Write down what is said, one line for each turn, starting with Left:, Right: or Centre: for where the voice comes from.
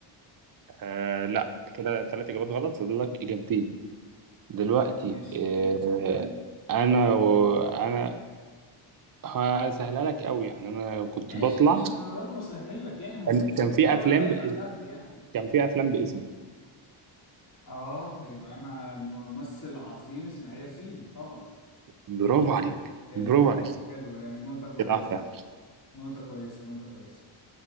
Right: آه لا كده ثلاث اجابات غلط فاضل لك اجابتين دلوقتي
Left: ماشي
Right: آه،
Left: قول لي.
Right: انا وانا هسهلها لك قوي يعني انا كنت
Left: ماشي
Right: بطلع
Left: ماشي ما انا برضه بسهل لك يعني ما هو
Right: كان
Left: المفروض
Right: كان في
Left: الرابع
Right: افلام
Left: ده يبقى
Right: ب...
Left: سهل يعني
Right: كان في افلام باسمي
Left: اه يبقى انا الممثل العظيم اسماعيل ياسين طبعا
Right: برافو عليك
Left: حلو
Right: برافو عليك
Left: حلو يعني نقطة كويسة
Right: كده واحدة.
Left: نقطة كويسة نقطة كويسة